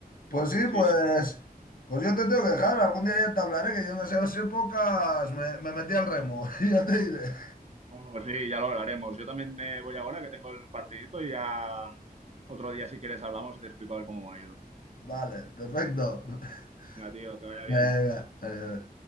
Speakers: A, on the left; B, on the right.
A: Pues sí,
B: Sí,
A: pues,
B: sí.
A: pues yo te tengo que dejar, algún día ya te hablaré, que yo en esas épocas me, me metí al remo, <laughs> ya te diré.
B: Bueno, pues sí, ya lo hablaremos. Yo también me voy ahora que tengo el partidito y ya otro día, si quieres, hablamos y te explico a ver cómo me ha ido.
A: Vale, perfecto. <laughs>
B: Venga, tío, que vaya bien.
A: Venga, adiós.